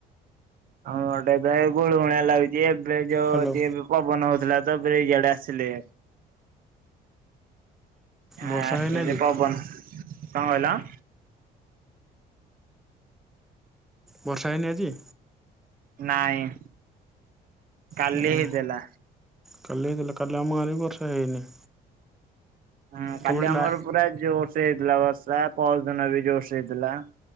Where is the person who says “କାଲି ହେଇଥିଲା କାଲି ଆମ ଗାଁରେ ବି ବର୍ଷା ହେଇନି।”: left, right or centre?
Centre